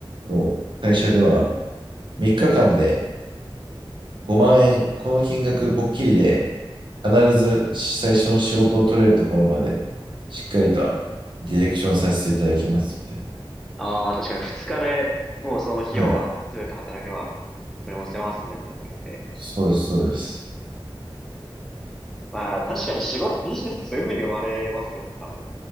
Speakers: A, on the right; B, in the centre.
A: の会社では3日間で5万円、この金額ぽっきりで、必ず最初の仕事を取れるところまで、しっかりとディレクションさせていただきます、みたいな。
B: ああ、確かに二日で、もうその費用は全て働けば
A: はい。
B: 取り戻せますみたいなこと書いて、
A: そうです、そうです。
B: まあ、確かに仕事、ビジネスってそういう風に生まれますよね、多分。